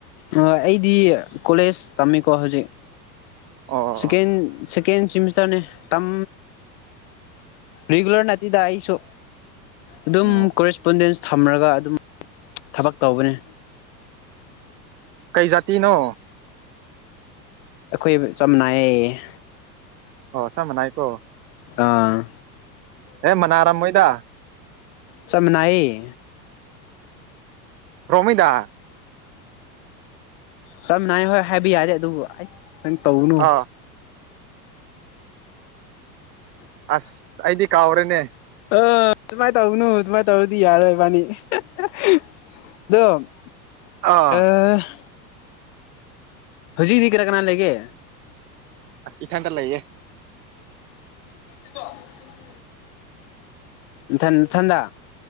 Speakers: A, on the left; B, on the right.
A: ꯍꯣꯢꯑꯩꯗꯤ ꯀꯣꯂꯦꯖ ꯇꯝꯃꯤꯀꯣ ꯍꯧꯖꯤꯛ
B: ꯑꯣ ꯑꯣ
A: ꯁꯦꯀꯦꯟ
B: ꯑꯣ
A: ꯁꯦꯀꯦꯟꯁꯤꯃꯤꯁꯇꯔꯅꯤ ꯇꯝ ꯔꯤꯒꯨꯂꯔ ꯅꯠꯇꯦꯗ ꯑꯩ ꯁꯨ ꯑꯗꯨꯝ
B: ꯑꯣ
A: ꯀꯣꯔꯦꯁꯄꯣꯟꯗꯦꯟꯁ ꯊꯝꯔꯒ ꯑꯗꯨꯝ ꯊꯕꯛ ꯇꯧꯕꯅꯤ
B: ꯀꯩꯖꯥꯇꯤꯅꯣ
A: UNINTELLIGIBLE
B: ꯑꯣ ꯆꯞꯃꯥꯟꯅꯩꯀꯣ
A: ꯑꯥꯑꯪ
B: ꯍꯦ ꯃꯅꯥꯔꯝꯃꯣꯏꯗ
A: ꯆꯞꯃꯅꯥꯏꯌꯦ
B: ꯔꯣꯡꯃꯩꯗꯥ
A: ꯆꯝꯅ ꯍꯥꯢꯌꯣꯍꯦ ꯍꯥꯌꯕ ꯌꯥꯔꯗꯤ ꯑꯗꯨꯕꯨ ꯅꯪ ꯇꯧꯔꯨꯅꯨ
B: ꯑꯥ ꯑꯥꯁ ꯑꯩꯗꯤ ꯀꯥꯎꯔꯦꯅꯦ
A: ꯑꯥ ꯗꯨꯃꯥꯏꯅ ꯇꯧꯒꯅꯨ-ꯑꯗꯨꯃꯥꯏꯅ ꯇꯧꯔꯗꯤ ꯌꯥꯔꯣꯏꯏꯕꯥꯅꯤ ꯑꯗꯣ UNINTELLIGIBLE
B: ꯑꯥ
A: ꯉꯁꯤꯗꯤ ꯀꯅꯥ- ꯀꯅꯥ ꯂꯩꯒꯦ
B: UNINTELLIGIBLE
A: INAUDIBLE ꯅꯊꯟ-ꯅꯊꯟꯗ